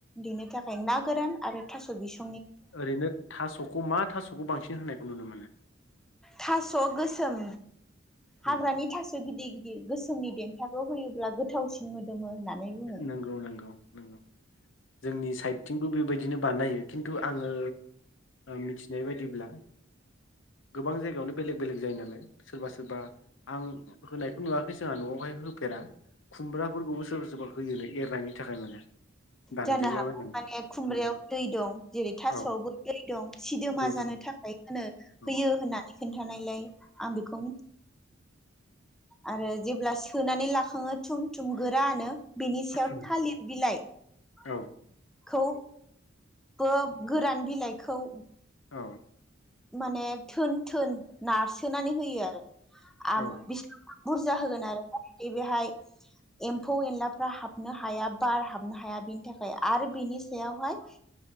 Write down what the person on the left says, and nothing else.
ओरैनो थास'खौ मा थास'खौ बांसिन होनायखौ नुनो मोनो।
उम
नंगौ नंगौ नंगौ जोंनि साइदथिंबो बेबायदि। बिदिनो बानायो खिन्थु आङो मिथिनाय बायदिब्ला गोबां जायगायावनो बेलेग बेलेग जायो नालाय सोरबा सोरबा आं होनायखौ नुवाखै जोंहा न'आवहाय होफेरा। खुमब्राफोरखौबो सोरबा सोरबा एरनायनि थाखाय माने। दानग्लिलाबायनानै
उम
औ
दै
दं
औ
उम
औ
औ
औ